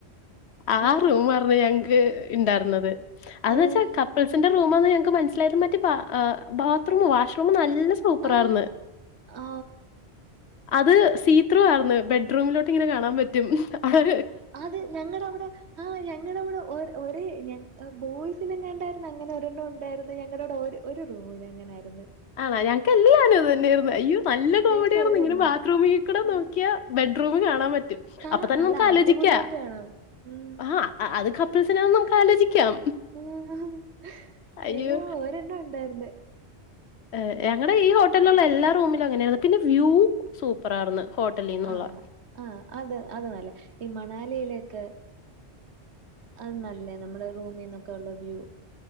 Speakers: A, on the left; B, on the right.
A: ആ
B: ആഹ്
A: റൂമാറ്ന്നു ഞങ്ങക്ക് ഇണ്ടായിര്ന്നത് അത്
B: ഉം
A: വെച്ചാ കപ്പിൾസിന്റെ റൂ റൂമാന്ന് ഞങ്ങക്ക് മനസ്സിലായത് മറ്റേ ബാ ബാത്രൂം വാഷ് റൂം നല്ല സൂപ്പറാർന്ന്
B: ആഹ് ഓ
A: അത് സിത്രു ആയിര്ന്ന് ബെ ഡ്റൂമിലോട്ട്ങ്ങന കാണാൻ പറ്റും അത്
B: അത് ഞങ്ങടെവടെ ആഹ് ഞങ്ങടെ ഇവടെ ഒര് ഒര് ഞങ്ങ ബോയ്സിനെങ്ങാണ്ടായിര്ന്ന് അങ്ങനോരെണ്ണം ഉണ്ടായിര്ന്നെ ഞങ്ങടെവടെ ഒര് ഒര് റൂമ്ന് അങ്ങനായിര്ന്ന്
A: ആണോ ഞങ്ങക്ക് എല്ലാരും ഇതന്നെയായിരുന്നു അയ്യോ നല്ല കോമഡിയാർന്ന്
B: ഞങ്ങക്ക് ഒരെണ്ണം
A: ഇങ്ങനെ ബാത്റൂമി കൂടെ
B: ആഹ്
A: നോക്ക്യ ബെഡ്റൂമ് കാണാൻ പറ്റും
B: കാണാം
A: അപ്പൊ തന്നെ
B: നല്ല
A: നമുക്ക്
B: അടിപൊളിയായിട്ട്
A: ആലോചിക്ക
B: കാണാം ഉം
A: ആഹ് ആഹ് അത് കപ്പിൾസിനാന്ന് നമുക്ക് ആലോചിക്കാം.
B: ആഹ്
A: അയ്യോ!
B: ഞങ്ങള് ഓരെണ്ണ ഉണ്ടാര്ന്നെ
A: ഏഹ് ഞങ്ങടെ ഈ ഹോട്ടല്ള്ള എല്ലാ റൂമിലും അങ്ങനെയാണ് പിന്നെ വ്യൂ സൂപ്പറാർന്ന് ഹോട്ടലിന്നുള്ളെ
B: ആഹ് ആഹ് അത് അത് നല്ല ഈ മണാലിലൊക്കെ അത് നല്ല നമ്മള് റൂമിന്നൊക്കെള്ള വ്യൂ.